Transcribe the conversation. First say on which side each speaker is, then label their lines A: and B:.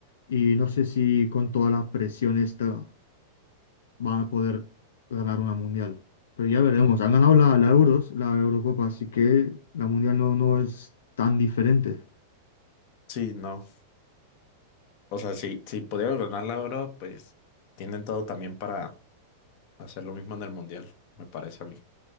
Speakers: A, on the left (about 85°); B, on the left (about 55°).
A: y no sé si con toda la presión esta van a poder ganar una mundial. Pero ya veremos. Han ganado la, la Euros, la Eurocopa, así que la mundial no, no es tan diferente.
B: sí, no. O sea, si, si pudieron ganar la oro, pues tienen todo también para hacer lo mismo en el mundial, me parece a mí.